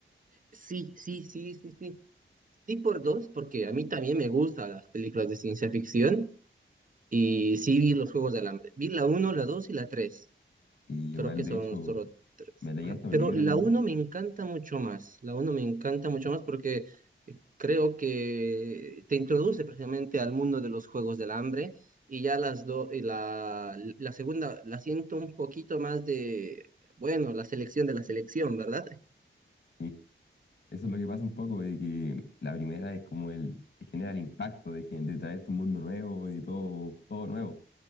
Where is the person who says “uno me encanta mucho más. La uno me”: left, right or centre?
Right